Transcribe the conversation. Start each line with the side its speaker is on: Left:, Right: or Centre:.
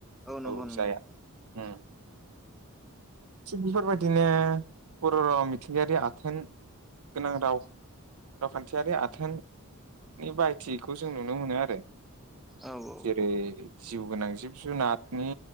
Centre: नंगौ
Right: औ
Centre: नंगौ
Right: जाया उम थि बेफोरबायदि बिदिनो बर' राव मिथिंगायारि आथोन गोनां राव रावखान्थियारि आथोननि बायथिखौ जों नुनो मोनो आरो।
Centre: औ औ
Right: जेरै जिउ गोनां जिब जुनारनि